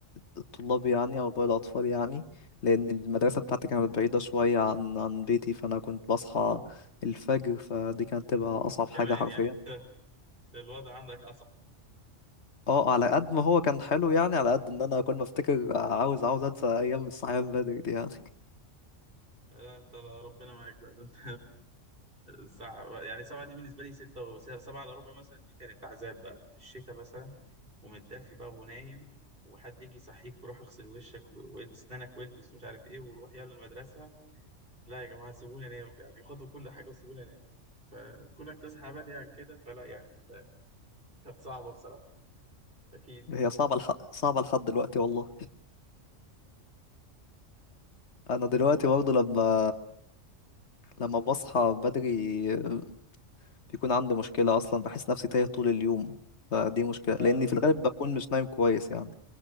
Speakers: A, on the left; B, on the right.
A: الطلاب يعني او باقي الاطفال يعني لان المدرسة بتاعتي كانت بعيدة شوية عن عن بيتي فانا كنت بصحى الفجر فدي كانت تبقى اصعب حاجة
B: كمان
A: حرفيا
B: يعني <laughs> الوضع عندك
A: اه على قد ما هو كان حلو يعني على قد ان انا كل ما افتكر عاوز عاوز انسى ايام الصحيان من بدري دي يعني
B: لا انت لا، ربنا معاك بقى ده انت <laughs> ساعة يعني سبعة دي بالنسبة لي ستة وسبعة إلا ربع مثلا دي كانت عذاب بقى في الشتاء مثلا ومتدفي بقى ونايم وحد يجي يصحيك وروح اغسل وشك و- وإد سنانك والبس ومش عارف ايه وروح يلا المدرسة لا يا جماعة سيبوني انام يعني خدوا كل حاجة وسيبوني انام كونك تصحى بدري عن كده فلا يعني انت كانت صعبة بصراحة أكيد
A: <laughs> هي
B: يعني
A: صعبه لح... صعبه لحد دلوقتي والله انا
B: يعني
A: دلوقتي برضه لما لما بصحى بدري بيكون عندي مشكله اصلا بحس نفسي تايه طول اليوم فدي مشكله
B: اه
A: لاني
B: صدقني.
A: في الغالب بكون مش نايم كويس يعني